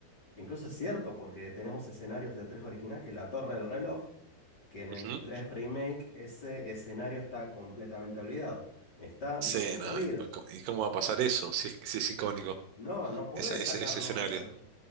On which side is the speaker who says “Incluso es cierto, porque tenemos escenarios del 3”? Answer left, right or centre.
Left